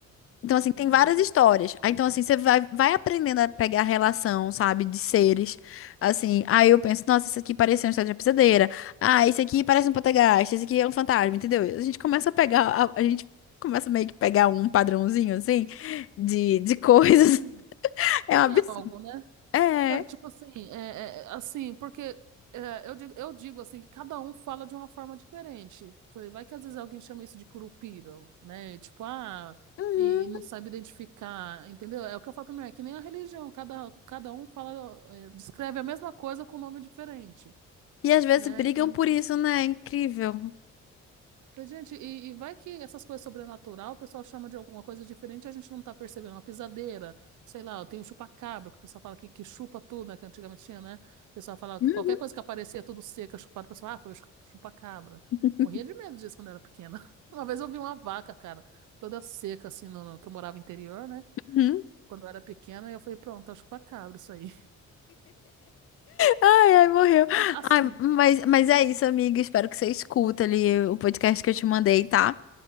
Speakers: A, on the left; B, on the right.
A: Então,
B: Ah,
A: assim, tem várias
B: lá.
A: histórias. Aí, Então, assim, você vai, vai aprendendo a pegar a relação, sabe, de seres. Assim, aí eu penso, nossa, isso aqui parece uma história de pisadeira. Ah, isso aqui parece um poltergeist, Isso aqui é um fantasma, entendeu? A gente começa a pegar, a, a gente começa meio que pegar um padrãozinho, assim, de, de coisas.
B: <laughs>
A: <laughs> É
B: Tem
A: um absurdo.
B: algo, né?
A: É.
B: Quero, tipo assim, é, é, é, assim, porque é, eu digo, eu digo assim, que cada um fala de uma forma diferente. Falei, vai que às vezes alguém chama isso de curupira, né? E, Tipo, ah,
A: Uhum.
B: e, não sabe identificar, entendeu? É o que eu falo primeiro, é que nem a religião, cada, cada um fala, é, descreve a mesma coisa com nome diferente,
A: E às vezes
B: né?
A: brigam
B: E,
A: por isso, né? É Incrível.
B: Falei, Gente, e, e vai que essas coisas sobrenatural, o pessoal chama de alguma coisa diferente, e a gente não tá percebendo. Uma pisadeira, sei lá, tem o chupacabra, que o pessoal fala que, que chupa tudo, né? Que antigamente tinha, né? O pessoal falava
A: Uhum.
B: que qualquer coisa que aparecia tudo seca, chupada, o pessoal, ah, foi o chu- chupacabra.
A: <laughs>
B: Morria de medo disso quando eu era pequena. <laughs> Uma vez eu vi uma vaca, cara, toda seca, assim, no, no- que eu morava interior, né?
A: Uhum.
B: Quando eu era pequena, e eu falei, pronto, é o chupacabra isso aí.
A: Ai, ai, morreu.
B: <laughs> Assim,
A: Ai, mas, mas é isso, amiga. Espero que você escuta ali o podcast que eu te
B: eu
A: mandei,
B: vou,
A: tá?